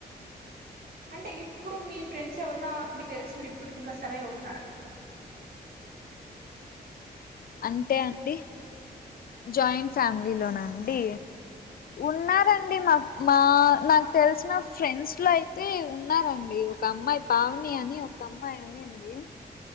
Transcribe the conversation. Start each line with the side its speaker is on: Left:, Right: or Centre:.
Right: అంటే ఇప్పుడు మీ ఫ్రెండ్స్ ఎవరన్నా మీకు తెలిసినోళ్లు ఇప్పటికీ ఇంకా సర్వైవ్ అవుతున్నారా
Left: అంటే అండి జాయింట్ ఫ్యామిలీ లోన అండి ఉన్నారండి మా మా నాకు తెలిసిన ఫ్రెండ్స్ లో అయితే ఉన్నారండి ఒక అమ్మాయి పావని అని ఒక అమ్మాయి ఉన్నింది